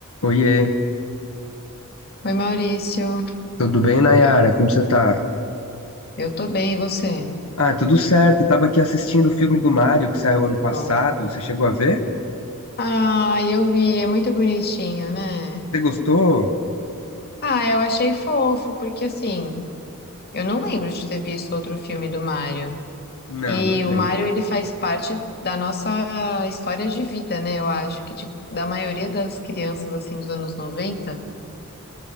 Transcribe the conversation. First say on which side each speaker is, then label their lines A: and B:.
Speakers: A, on the left; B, on the left.
A: Oiê,
B: Oi, Maurício.
A: tudo bem, Nayara? Como você tá?
B: Eu tô bem, e você?
A: Ah, tudo certo. Tava aqui assistindo o filme do Mario que saiu ano passado.
B: Bom.
A: Você chegou a ver?
B: Ah, eu vi, é muito bonitinho, né?
A: Você gostou?
B: Ah, eu achei fofo, porque assim, eu não lembro de ter visto outro filme do Mario.
A: Não,
B: E
A: não tem.
B: o Mario, ele faz parte da nossa história de vida, né? Eu acho que, tipo, da maioria das crianças, assim, dos anos 90